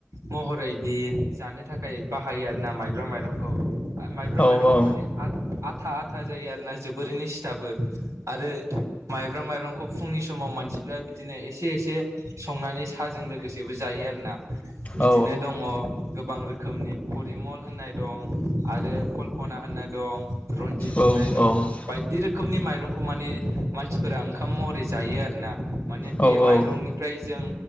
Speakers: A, on the right; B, on the left.
A: महरै दिन जानो थाखाय बाहायो आरोना माइब्रा मा माइरंखौ माइब्रं
B: औ
A: माइरङा
B: औ
A: माने आथा-आथा जायो आरोना जोबोरैनो सिथाबो आरो माइब्राम माइरंखौ फुंनि समाव मानसिफ्रा बिदिनो एसे एसे संनानै साहाजों लोगोसेबो जायो आरोना बिदिनो
B: औ
A: दङ। गोबां रोखोमनि परिमल होननाय दं आरो कल्पना होननाय दं रनजित
B: औ
A: होनाय दं
B: औ
A: बायदि रोखोमनि माइरंखौ माने मानसिफोरा ओंखाम महरै जायो आरो ना। माने बे
B: औ औ
A: माइरंनिफ्राय जों